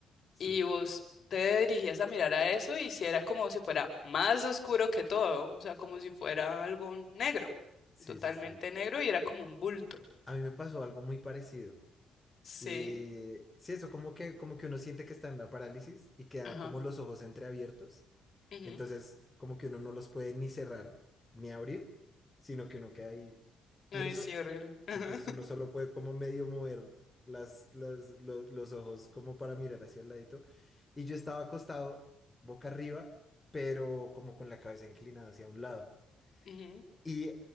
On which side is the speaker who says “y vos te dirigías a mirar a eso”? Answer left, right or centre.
Left